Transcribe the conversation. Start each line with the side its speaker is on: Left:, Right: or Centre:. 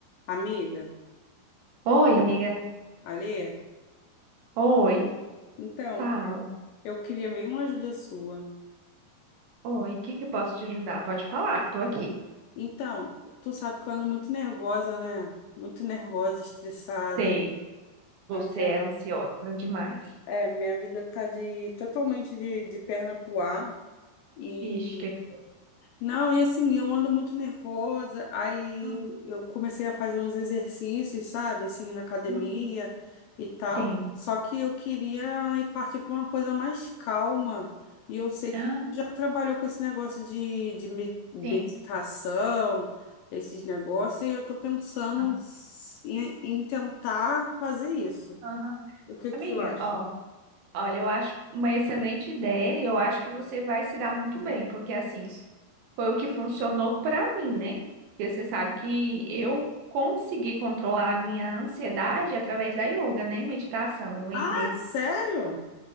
Left: Amiga,
Right: Oi, amiga.
Left: Alê,
Right: Oi,
Left: então,
Right: fala.
Left: eu queria meio uma ajuda sua.
Right: Oi, o que que eu posso te ajudar? Pode falar, tô aqui.
Left: Então, tu sabe que eu ando muito nervosa, né? Muito nervosa, estressada.
Right: Sei, você
Left: A minha,
Right: é ansiosa demais.
Left: é, minha vida tá de, totalmente de, de perna pro ar. e
Right: Ixi, que que foi?
Left: Não, e assim, eu ando muito nervosa, aí
Right: Uhum,
Left: eu, eu comecei a fazer uns exercícios, sabe, assim, na academia
Right: uhum.
Left: e tal.
Right: Sim.
Left: Só que eu queria ir partir para uma coisa mais calma. E eu sei que
Right: Ah,
Left: já trabalhou com esse negócio de, de me- meditação,
Right: sim.
Left: esses negócios, e eu tô pensando
Right: Ah,
Left: em, em tentar fazer isso.
Right: aham.
Left: O que
Right: Amiga,
Left: que você acha?
Right: ó, olha, eu acho uma excelente ideia e eu acho que você vai se dar muito bem, porque assim, foi o que funcionou pra mim, né? Porque você sabe que eu consegui controlar a minha ansiedade através da yoga, né? Meditação. Eu
Left: Ah,
Right: entrei
Left: é sério?